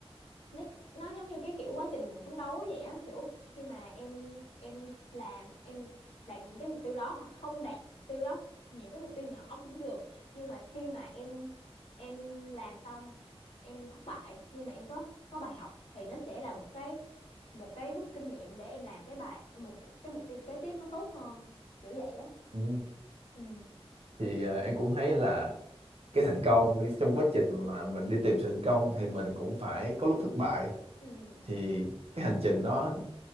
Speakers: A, on the left; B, on the right.
A: nó nó giống như cái kiểu quá trình phấn đấu vậy á kiểu khi mà em em làm em đạt những cái mục tiêu đó hoặc không đạt mục tiêu đó những cái mục tiêu nhỏ cũng được nhưng mà khi mà em em làm xong em thất bại nhưng mà em có có bài học thì nó sẽ là một cái một cái rút kinh nghiệm để em làm cái bài một cái mục tiêu kế tiếp nó tốt hơn kiểu vậy á
B: Ừ.
A: ừ
B: thì à, em cũng thấy là cái thành công cái- trong quá trình mà mình đi tìm sự thành công thì mình cũng phải có lúc thất bại
A: ừ
B: thì cái hành trình nó